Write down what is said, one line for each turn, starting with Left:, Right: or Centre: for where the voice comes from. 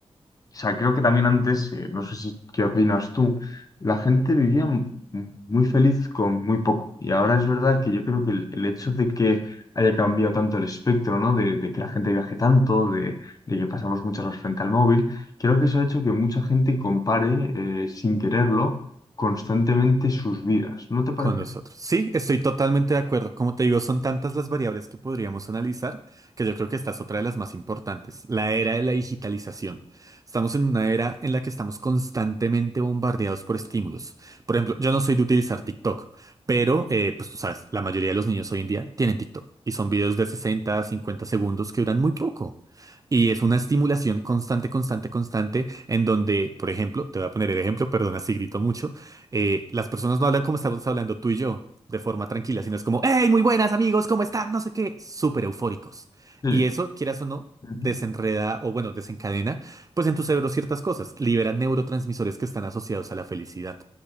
Left: O sea, creo que también antes, eh, no sé si qué opinas tú, la gente vivía m- m- muy feliz con muy poco. Y ahora es verdad que yo creo que el, el hecho de que haya cambiado tanto el espectro, ¿no? De, de que la gente viaje tanto, de, de que pasamos muchas horas frente al móvil, creo que eso ha hecho que mucha gente compare, eh, sin quererlo, constantemente sus vidas. ¿No te parece?
Right: Con nosotros. Sí, estoy totalmente de acuerdo. Como te digo, son tantas las variables que podríamos analizar que yo creo que esta es otra de las más importantes, la era de la digitalización. Estamos en una era en la que estamos constantemente bombardeados por estímulos. Por ejemplo, yo no soy de utilizar TikTok, pero eh, pues tú sabes, la mayoría de los niños hoy en día tienen TikTok y son videos de 60 a 50 segundos que duran muy poco. Y es una estimulación constante, constante, constante, en donde, por ejemplo, te voy a poner el ejemplo, perdona si grito mucho, eh, las personas no hablan como estamos hablando tú y yo, de forma tranquila, sino es como, hey, muy buenas amigos, ¿cómo están? No sé qué, súper eufóricos.
Left: Sí.
Right: Y eso, quieras o no,
Left: Ujú.
Right: desenreda o bueno, desencadena, pues en tu cerebro ciertas cosas, libera neurotransmisores que están asociados a la felicidad.